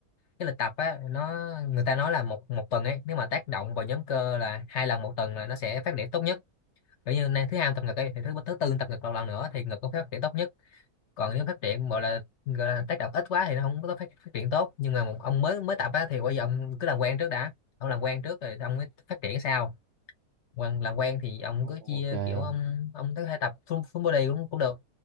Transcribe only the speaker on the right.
Ồ,
ok không?